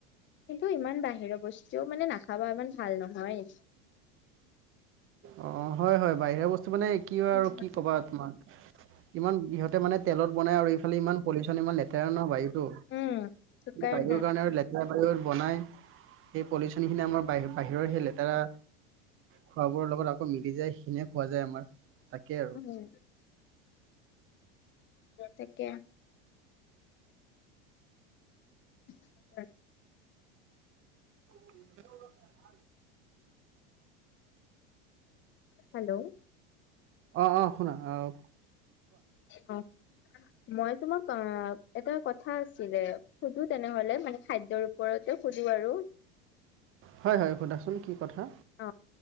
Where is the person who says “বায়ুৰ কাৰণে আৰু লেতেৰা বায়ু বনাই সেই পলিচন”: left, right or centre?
Right